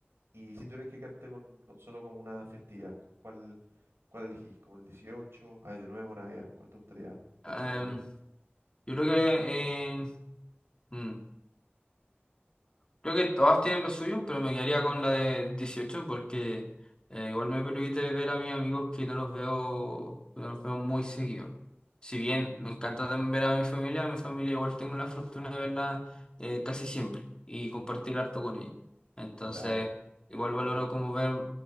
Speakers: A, on the right (about 85°); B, on the left (about 20°).
A: Y si tuvieras que quedarte con, con solo como una festividad, ¿con cuál, cuál elegís? ¿Como el 18, Año Nuevo, Navidad? ¿Cuál te gustaría? ¿Es
B: Em,
A: tu favorita?
B: yo creo que eh, mm, Creo que todas tienen lo suyo, pero me quedaría con la de 18 porque eh, igual me permite ver a mis amigos que no los veo, no los veo muy seguido. Si bien me encanta también ver a mi familia, a mi familia igual tengo la fortuna de verla eh, casi siempre y compartir harto con ellos. Entonces,
A: Claro,
B: igual
A: un buen
B: valoro
A: punto.
B: como ver